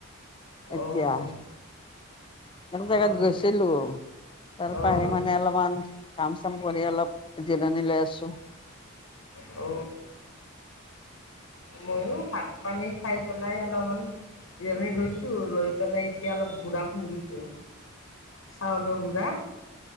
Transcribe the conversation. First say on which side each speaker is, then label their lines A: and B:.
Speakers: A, on the left; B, on the left.
A: এতিয়া
B: অঁ
A: এক জেগাত
B: অঁ
A: গৈছিলো তাৰ
B: অঁ
A: পা আহি মানে অলপমান কাম চাম কৰি অলপ জিৰণি লৈ আছো
B: অ ময়ো ভাত পানী খাই পেলাই অলমান জিৰণি লৈছো লৈ পেলাই এতিয়া অলপ ঘুৰা খুন্দিছো চাউলৰ গুৰা